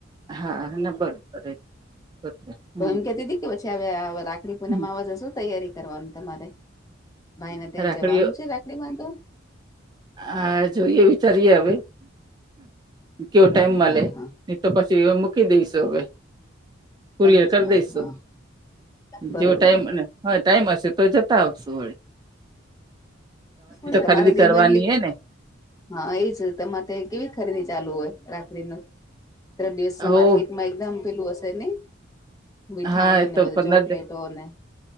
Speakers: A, on the right; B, on the left.
A: હા ના બરોબ બરોબર હમ
B: તો એમ કેતી હતી કે પછી હ રાખડી પૂનમ
A: હમ.
B: આવવા જશો તૈયારી કરવાનું તમારે ભાઈ ને ત્યાં
A: રાખડીઓ
B: જવાનું છે રાખડી બાંધો
A: હ જોઈએ વિચારીએ હવે કેવો ટાઈમ
B: બરોબર
A: મળે
B: હા
A: તો પછી મૂકી દઈશું હવે કુરીયર
B: અચ્છા
A: કરી દઈશો
B: હા બરોબર
A: જેવ ટાઈમને હા ટાઈમ હશે તો જતા આવશો વળ
B: બ તમારે
A: ખરીદી
B: તો
A: કરવાની
B: ઈ બદલી
A: હે ને
B: હા એ જ તમા તે કેવી ખરીદી ચાલુ હોય રાખડી ન ત્ર દિવસ
A: હો
B: માર્કેટમાં એકદમ પેલું હશે ને મીઠાઈ
A: હા એ
B: ને
A: તો
B: બધું
A: પંદર
B: ચોકલેટો
A: દસ
B: ને